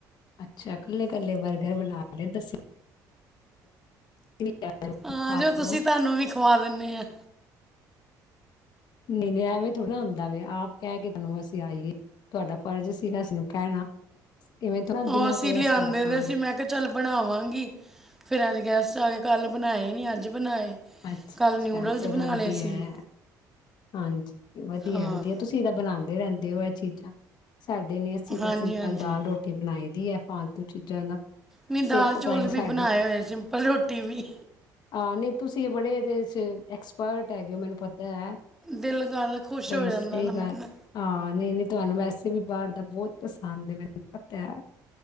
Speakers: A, on the left; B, in the centre.
A: ਅੱਛਾ ਇਕੱਲੇ ਇਕੱਲੇ ਬਰਗਰ ਬਣਾ ਲਏ ਤੁਸੀਂ। ਵੀ ਆ ਜਾਓ
B: ਆ
A: ਖਾ
B: ਜੋ
A: ਲਓ
B: ਤੁਸੀਂ ਤੁਹਾਨੂੰ ਵੀ ਖਵਾ ਦਿੰਦੇ ਆ।
A: ਨਹੀਂ ਨਹੀਂ ਐਵੇਂ ਥੋੜੀ ਨਾ ਹੁੰਦਾ ਵੇ ਆਪ ਕਹਿ ਕੇ ਬਣਵਾਸੀਂ। ਆਈਏ ਤੁਹਾਡਾ ਫਰਜ਼ ਸੀਗਾ ਸਾਨੂੰ ਕਹਿਣਾ ਇਵੇਂ ਥੋੜਾ
B: ਉਹ
A: ਬਿਨਾਂ
B: ਅਸੀਂ
A: ਕਹੇ
B: ਲਿਆਂਦੇ
A: ਅਸੀ ਤੁਰ ਪਾਂਗੇ।
B: ਦੇ ਸੀ ਮੈਂ ਕਿਹਾ ਚੱਲ ਬਣਾਵਾਂਗੀ ਫਿਰ ਅੱਜ ਗੈਸਟ ਆ ਕੇ ਕੱਲ੍ਹ ਬਣਾਏ ਨਹੀਂ ਅੱਜ ਬਣਾਏ।
A: ਅੱਛਾ
B: ਕੱਲ੍ਹ
A: ਅੱਛਾ
B: ਨਿਊਡਲਸ
A: ਚਲੋ
B: ਬਣਾ
A: ਵਧੀਆ
B: ਲਏ ਸੀ
A: ਹੈ ਹਾਂਜੀ ਵਧੀਆ
B: ਹਾਂ
A: ਵਧੀਆ ਤੁਸੀਂ ਤਾਂ ਬਣਾਉਂਦੇ ਰਹਿੰਦੇ ਹੋ ਇਹ ਚੀਜ਼ਾਂ ਸਾਡੇ ਨੀ ਅਸੀਂ
B: ਹਾਂਜੀ
A: ਤਾਂ ਸਿੰਪਲ
B: ਹਾਂਜੀ
A: ਦਾਲ ਰੋਟੀ ਤੇ ਬਣਾਈ ਦੀ ਹੈ ਫਾਲਤੂ ਚੀਜ਼ਾਂ ਦਾ
B: ਮੈ ਦਾਲ
A: ਸਿਰ ਖਪਾਈ
B: ਚੌਲ ਵੀ
A: ਸਾਡੇ
B: ਬਣਾਏ ਹੋਏ ਸਿੰਪਲ ਰੋਟੀ ਵੀ
A: ਹਾਂ ਨਹੀਂ ਤੁਸੀਂ ਬੜੇ ਇਹਦੇ ਚ ਐਕਸਪਰਟ ਹੈਗੇ ਹੋ ਮੈਨੂੰ ਪਤਾ ਹੈ।
B: ਦਿਲ ਕਰ ਰਿਹਾ ਖੁਸ਼
A: ਬਈ
B: ਹੋ ਜਾਂਦਾ
A: ਸਹੀ
B: ਨਾ ਮਨ
A: ਗੱਲ ਹਾਂ ਨਹੀਂ ਨਹੀਂ ਤੁਹਾਨੂੰ ਵੈਸੇ ਵੀ ਬਾਹਰ ਦਾ ਬਹੁਤ ਪਸੰਦ ਹੈ ਮੈਨੂੰ ਪਤਾ।